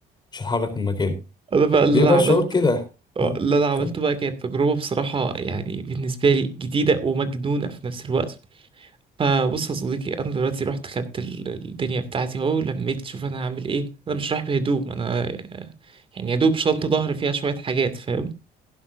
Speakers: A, on the left; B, on the right.
A: مش هتحرك من مكاني
B: انا بقى اللي
A: بيبقى
B: انا عملته
A: الشعور كده
B: آه،
A: ها
B: اللي انا عملته
A: كم
B: بقى كانت تجربه بصراحه يعني بالنسبه لي جديده ومجنونه في نفس الوقت فبص يا صديقي انا دلوقتي رحت خدت ال- الدنيا بتاعتي اهو لميت شوف انا هعمل ايه انا مش رايح بهدوم انا آه، يعني يا دوب شنطه ظهر فيها شويه حاجات فاهم